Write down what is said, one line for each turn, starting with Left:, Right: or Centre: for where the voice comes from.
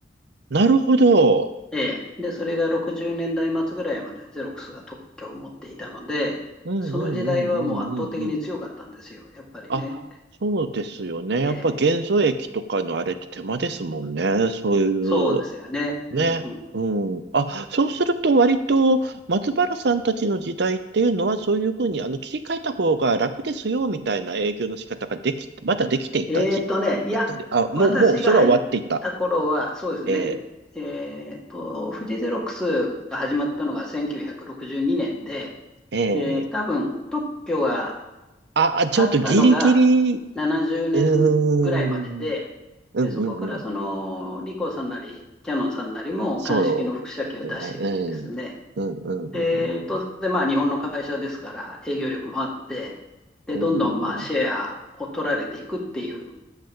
Right: なるほど。
Centre: ええ、で、それが60年代末ぐらいまでゼロックスが特許を持っていたので、
Right: うん、
Centre: その時代はもう圧倒的に強かったんですよ、
Right: うん、うん、うん、うん、うん。
Centre: やっぱりね。
Right: あ、そうですよね。
Centre: ええ、
Right: やっぱ元素液とかのあれって手間ですもんね。そうい
Centre: そうですよね。
Right: う、ね。
Centre: うんうん、
Right: うん。あ、そうすると割と松原さんたちの時代っていうのはそういうふうにあの切り替えた方が楽ですよみたいな営業の仕方ができ、まだできていた時あったり。
Centre: えっとね、いや、
Right: あ、もう、
Centre: 私が入った頃は、
Right: もうそれは終わっていた。
Centre: そうですね、
Right: え
Centre: えっと、富士ゼロックスが始まったのが1962年で、
Right: ー、えー、
Centre: で、多分特許が
Right: あ、あちょっとギリギリ、
Centre: あったのが
Right: う
Centre: 70年ぐらいまでで、
Right: ーん、うんうんうん。
Centre: で、そこからそのリコーさんなり、キヤノンさんなりも鑑識の複写機を出してきてですね、
Right: そうですね。うん。うんうんうん
Centre: で、当然まあ日本の会社ですから営業力もあって、で、
Right: うん。
Centre: どんどんまあシェアを取られていくっていう
Right: うんうんうん